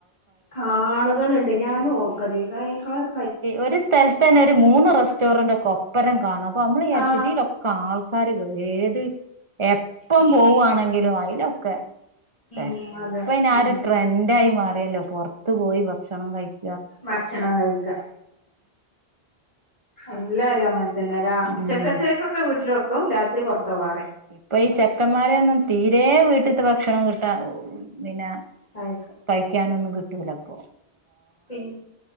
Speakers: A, on the left; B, on the right.
A: കാളകള് ഉണ്ട ഞാന്
B: ഉം
A: ഓർക്കത് വേ ആ
B: ഒരു സ്ഥലത്ത് തന്നെ ഒരു മൂന്ന് റെസ്റ്റോറന്റ് ഒക്കെ ഒപ്പരം കാണും അപ്പൊ നമ്മള് വിചാരിച്ചുതിലൊക്കെ
A: ആഹ്
B: ആൾക്കാര് ഏത് എപ്പം
A: ഉം
B: പോവുവാണെങ്കിലും അതില ക്കെ തെരക്ക
A: ഉം അതെ
B: ഇപ്പ ഇ ആ
A: അതെ
B: ഒരു ട്രെൻഡ ആയി മാറ അല്ലോ പുറത്ത് പോയി ഭക്ഷണം കഴി-
A: ഭക്ഷണം കഴി ക്ക അല്ല അങ്ങനെ തന്നെ ര ഉച്ചക്കത്തേക്കൊക്കെ
B: ഉം
A: വീട്ടില് വെക്കു രാത്രി പുറത്ത പോവാറ്
B: അപ്പോൾ ഈ ചെക്കന്മാരെ ഒന്നും തീരെ വീട്ടിലത്ത് ഭക്ഷണം കിട്ടാ ഉം പിന്നെ
A: ആയി
B: തയ്ക്കാനൊന്നും കിട്ടൂലപ്പോ
A: പിന്നെ